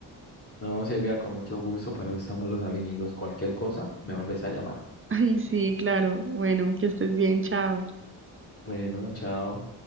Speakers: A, on the left; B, on the right.
A: No, Silvia, con mucho gusto, para eso estamos los amigos, cualquier cosa, me vuelves a llamar.
B: <laughs> Ay, sí, claro. Bueno, que estés bien, chao.
A: Bueno, chao.